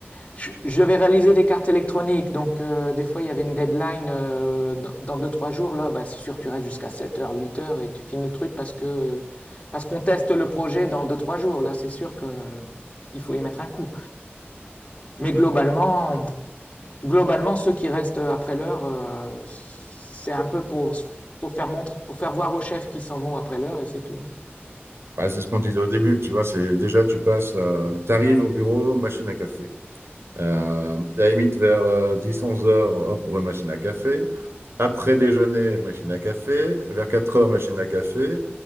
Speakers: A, on the left; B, on the right.
A: Je, je devais réaliser des cartes électroniques, donc euh, des fois il y avait une deadline euh, dans, dans deux, trois jours, là, bah, c'est sûr, tu restes jusqu'à 7 heures, 8 heures et tu finis le truc parce que... Parce qu'on teste le projet dans deux, trois jours, là, c'est sûr que euh, il faut y mettre un coup. Mais globalement,
B: Ouais.
A: globalement, ceux qui restent après l'heure, euh, c'est un peu pour, pour faire montre, pour faire voir aux chefs qu'ils s'en vont après l'heure et c'est tout.
B: Bah, c'est ce qu'on disait au début, tu vois, c'est déjà tu passes, tu arrives au bureau, machine à café. Euh, à la limite, vers 10-11 heures, hop, on machine à café. Après déjeuner, machine à café. Vers 4 heures, machine à café.